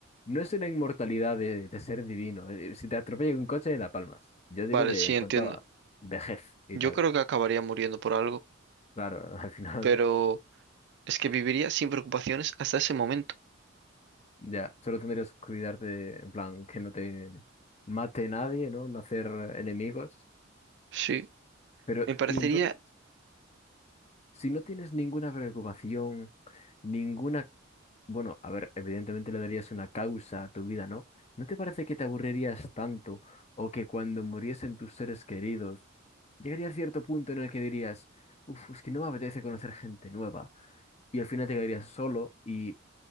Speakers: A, on the left; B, on the right.
A: no es una inmortalidad de, de ser divino. Eh, eh, Si te atropella un coche, la palmas. Yo digo
B: Vale,
A: de
B: sí,
A: en
B: entiendo.
A: cuanto a vejez y
B: Yo
A: tal.
B: creo que acabaría muriendo por algo.
A: Claro, <laughs> al final
B: Pero es que viviría sin preocupaciones hasta ese momento.
A: ya, solo tendrías que cuidarte, de- en plan, que no te mate nadie, ¿no? No hacer enemigos.
B: Sí.
A: Pero,
B: Me parecería,
A: y entonces, si no tienes ninguna preocupación, ninguna Bueno, a ver, evidentemente le darías una causa a tu vida, ¿no? ¿No te parece que te aburrirías tanto o que cuando muriesen tus seres queridos, llegaría a cierto punto en el que dirías, uff, es que no me apetece conocer gente nueva y al final te quedarías solo y